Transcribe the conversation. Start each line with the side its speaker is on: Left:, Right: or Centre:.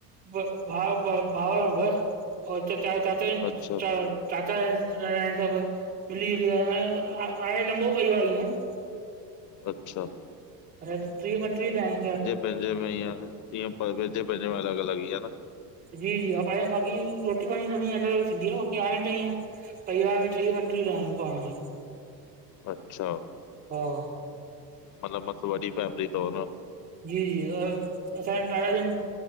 Right: ॿ भावर ॿ भावर। ओर हुते चाचा जिन
Left: अच्छा,
Right: चार। चाचा सभ मिली ॼुलि करे आहे आहे लंॿो परिवार इअ। <inaudible>
Left: अच्छा
Right: ऐ टिय पंट्रीह ॼॾा ईय।
Left: पंहिंॼे में ईअ ईअं पंहिंॼे पंहिॼे में अलॻ अलॻ ई न।
Right: जी जी हा ॿाक़ी रोटी पाणी सभिनी जी अलॻ अलॻ थींदी आहे ॿाक़ी आहिन त ईअं परिवार में ट्रीय पंट्रीय ॼड़आ आयूं पाण में।
Left: अच्छा
Right: हा
Left: मतलब मस्त वॾी फैमिली तव न?
Right: ॼी ॼीऔ असांॼा दादा ॼन।